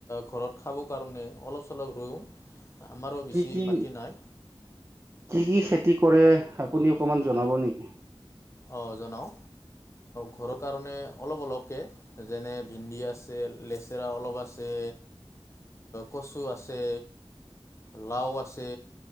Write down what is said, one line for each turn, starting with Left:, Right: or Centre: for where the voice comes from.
Left: ঘৰত খাব কাৰণে অলপ চলপ ৰুওঁ। আমাৰো বেছি
Right: কি কি
Left: মাটি নাই
Right: কি কি খেতি কৰে আপুনি অকণমান জনাব নেকি।
Left: অ জনাও। ঘৰৰ কাৰণে অলপ অলপকে যেনে ভেন্দি আছে লেচেৰা অলপ আছে কচু আছে লাও আছে